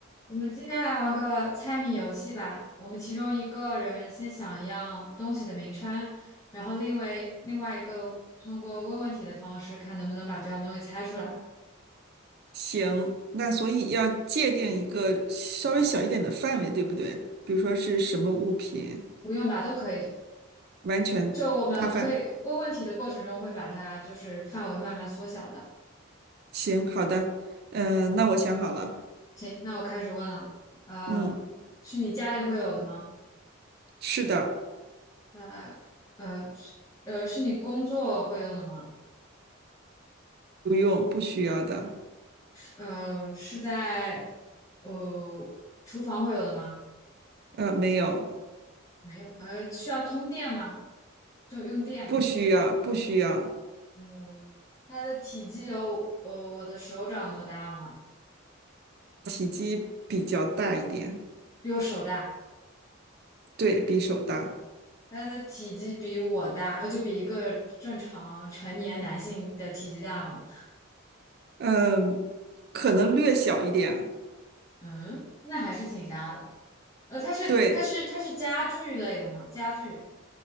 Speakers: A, on the left; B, on the right.
A: 我们今天来玩个猜谜游戏吧。我们其中一个人先想一样东西的名称，然后另外另外一个通过问问题的方式，看能不能把这样东西猜出来。
B: 行，那所以要界定一个稍微小一点的范围，对不对？比如说是什么物品，
A: 不用吧，都可以。
B: 完全大范。
A: 就我们可以问问题的过程中，会把它就是范围慢慢缩小的。
B: 行，好的，嗯、那我想好了，
A: 行，那我开始问了。呃，
B: 嗯，
A: 是你家里会有的吗？
B: 是的，
A: 呃呃是呃是你工作会用的吗？
B: 不用，不需要的，
A: 呃是在呃厨房会有的吗？
B: 呃，没有，
A: 没有，呃，需要通电吗？就用电。
B: 不需要，不需要，
A: 嗯，它的体积有呃我的手掌那么大吗？
B: 体积比较大一点，
A: 比我手大。
B: 对，比手大，
A: 它的体积比我大，呃，就比一个正常成年男性的体积大吗？
B: 嗯、可能略小一点，
A: 嗯，那还是挺大的。呃，它是它是它是家具类的吗？
B: 对，
A: 家具。